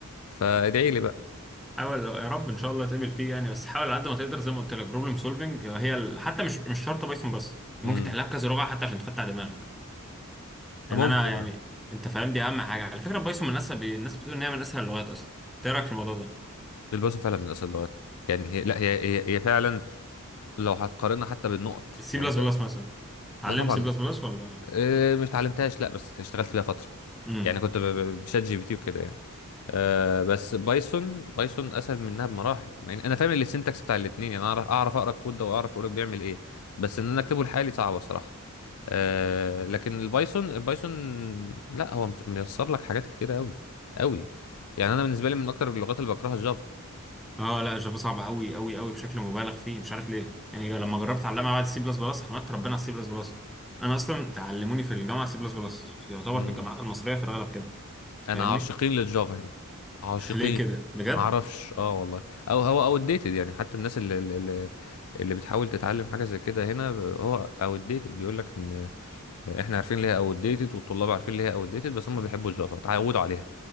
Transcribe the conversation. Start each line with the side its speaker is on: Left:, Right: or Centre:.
Left: فادعي لي بقى
Centre: حاول يا رب ان شاء الله تقابل فيه يعني بس حاول على قد ما تقدر زي ما قلت لك بروبلم سولفنج هي ال- حتى مش مش شرط بايثون بس ممكن
Left: امم
Centre: تحلها بكذا لغه حتى عشان تفتح دماغك يعني
Left: ممكن
Centre: انا يعني
Left: اه
Centre: انت فاهم دي اهم حاجه على فكره بايثون من اسهل الناس بتقول ان هي من اسهل اللغات اصلا إنت ايه رايك في الموضوع ده
Left: الباسم فعلا من اصل اللغات يعني هي لا هي هي, هي فعلا لو هتقارنها حتى بالنقط
Centre: بالسي
Left: يعني
Centre: بلس
Left: انت
Centre: بلس مثلا اتعلمت
Left: لا طبعا
Centre: سي بلس بلس ولا
Left: آه، مش اتعلمتهاش لا بس اشتغلت بيها فتره
Centre: امم
Left: يعني كنت ب- ب- بشات جي بي تي وكده يعني أه بس بايثون بايثون اسهل منها بمراحل يعني انا فاهم السنتكس بتاع الاثنين يعني اعرف اعرف اقرا الكود ده واعرف يقولك بيعمل ايه بس ان انا اكتبه لحالي صعبه صراحه أه لكن البايثون البايثون لا هو مس- ميسر لك حاجات كتيره قوي قوي يعني انا بالنسبه لي من اكتر اللغات اللي بكرهها
Centre: اه لا جافا صعبه قوي قوي قوي بشكل مبالغ فيه مش عارف ليه يعني لما جربت اتعلمها بعد السي بلس بلس حمدت ربنا على السي بلس بلس انا اصلا تعلموني في الجامعه سي بلس بلس يعتبر
Left: الجافا
Centre: في الجامعات المصريه في الغالب كده
Left: انا
Centre: فاهمني
Left: عاشقين للجافا هنا عاشقين
Centre: <laughs> ليه كده
Left: ما
Centre: بجد
Left: اعرفش اه والله او هو او ديتد يعني حتى الناس اللي اللي, اللي بتحاول تتعلم حاجه زي كده هنا ب- هو او ديتد بيقول لك ان احنا عارفين ليه او ديتد والطلاب عارفين ليه او ديتد بس هم بيحبوا الجافا اتعودوا عليها